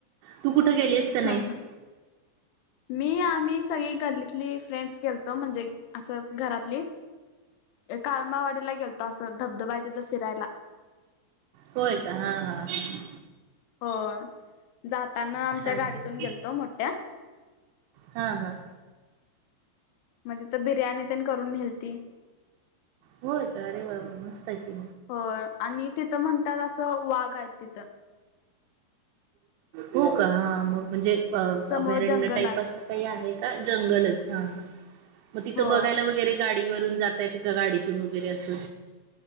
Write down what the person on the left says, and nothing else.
हां हां मी आम्ही स सगळी गल्लीतली फ्रेंड्स गेलतो म्हणजे असंच घरातली. काळमावाडीला गेलतो असं धबधबा आहे, तिथं फिरायला.
हो. जाताना आमच्या
गाडीतून
गेलतो मोठ्या.
म्हणजे तर बिर्याणी तेन करून न्हेलती.
होय आणि तिथं म्हणतात असं वाघ आहेत तिथं.
समोर
जंगल
आहे
होय